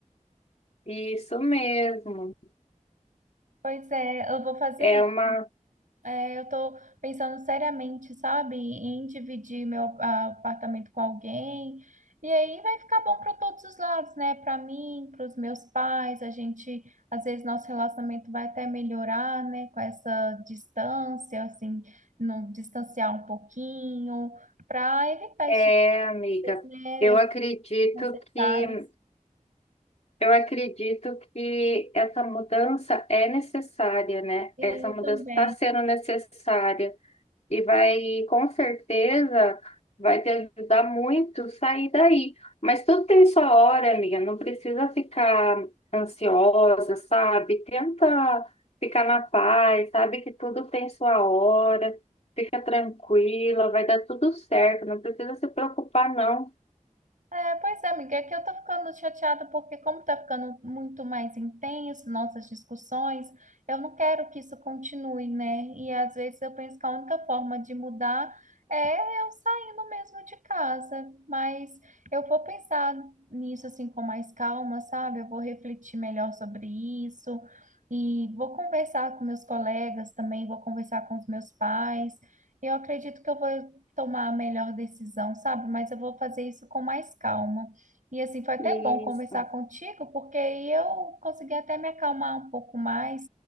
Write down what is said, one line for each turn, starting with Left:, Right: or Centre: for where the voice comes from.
Left: isso mesmo.
Right: Pois é, eu vou fazer
Left: É uma,
Right: É, eu tô pensando seriamente, sabe, em dividir meu a- apartamento com alguém. E aí vai ficar bom para todos os lados, né? Para mim, para os meus pais, a gente, às vezes nosso relacionamento vai até melhorar, né? Com essa distância, assim, não distanciar um pouquinho, para evitar
Left: é,
Right: esse tipo
Left: amiga.
Right: de coisa, né?
Left: Eu acredito
Right: Desnecessárias.
Left: que eu acredito que essa mudança é necessária, né?
Right: E
Left: Essa
Right: aí
Left: mudança
Right: também.
Left: está sendo necessária. e vai, com certeza, vai te ajudar muito sair daí. Mas tudo tem sua hora, amiga, não precisa ficar ansiosa, sabe? Tenta ficar na paz, sabe que tudo tem sua hora, fica tranquila, vai dar tudo certo, não precisa se preocupar, não.
Right: É, pois é, amiga, aqui eu tô ficando chateada porque como tá ficando muito mais intenso nossas discussões, eu não quero que isso continue, né? E às vezes eu penso que a única forma de mudar é eu saindo mesmo de casa, mas eu vou pensar nisso assim com mais calma, sabe? Eu vou refletir melhor sobre isso e vou conversar com meus colegas também, vou conversar com os meus pais. Eu acredito que eu vou tomar a melhor decisão, sabe? Mas eu vou fazer isso com mais calma. E assim, foi até
Left: Isso.
Right: bom conversar contigo, porque aí eu consegui até me acalmar um pouco mais